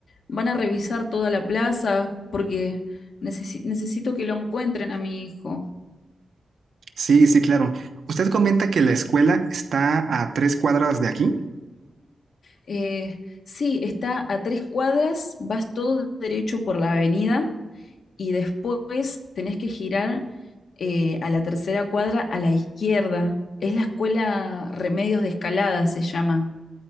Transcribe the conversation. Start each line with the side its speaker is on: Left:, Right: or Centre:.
Left: van a revisar toda la plaza porque necesi- necesito que lo encuentren a mi hijo.
Right: Sí, sí, claro. Usted comenta que la escuela está a tres cuadras de aquí.
Left: Eh, sí, está a tres cuadras, vas todo derecho por la avenida y después tenés que girar eh, a la tercera cuadra a la izquierda. Es la escuela Remedios de Escalada, se llama.